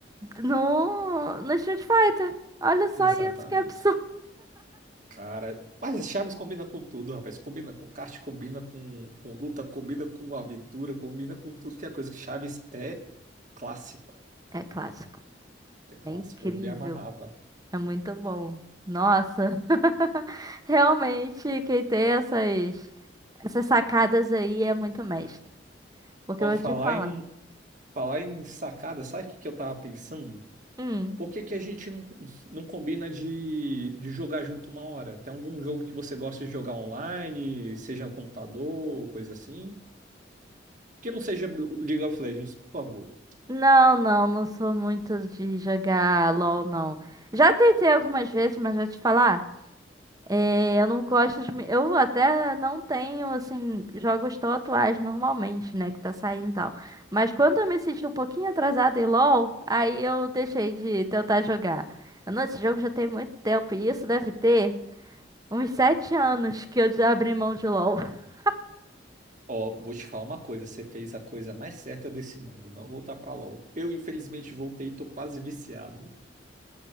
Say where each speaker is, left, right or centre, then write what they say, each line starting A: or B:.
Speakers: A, on the right; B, on the right.
A: no, no Street Fighter. Olha só
B: exatamente.
A: isso, que absurdo.
B: Cara, mas Chaves combina com tudo, rapaz. Combina com kart, combina com, com luta, combina com aventura, combina com tudo que é coisa. Chaves é clássico.
A: É clássico.
B: É clássico.
A: É incrível.
B: Eu me amarrava.
A: É muito bom. Nossa. <laughs> Realmente, quem tem essas, essas sacadas aí é muito mestre. Porque
B: Ó,
A: eu vou
B: falar
A: te falar.
B: em, falar em sacada, sabe o que, que eu tava pensando?
A: Hum.
B: Por que, que a gente não, não combina de, de jogar junto uma hora? Tem algum jogo que você gosta de jogar online, seja computador, coisa assim? Que não seja o League of Legends, por favor.
A: Não, não, não sou muito de jogar LOL, não. Já tentei algumas vezes, mas vou te falar. É, eu não gosto de... Eu até não tenho, assim, jogos tão atuais normalmente, né? Que tá saindo e tal. Mas quando eu me senti um pouquinho atrasada em LoL, aí eu deixei de tentar jogar. Eu, Não, esse jogo já tem muito tempo. E isso deve ter uns sete anos que eu já abri mão de LoL. <laughs>
B: Ó, vou te falar uma coisa, você fez a coisa mais certa desse mundo, não voltar pra LoL. Eu, infelizmente, voltei, tô quase viciado.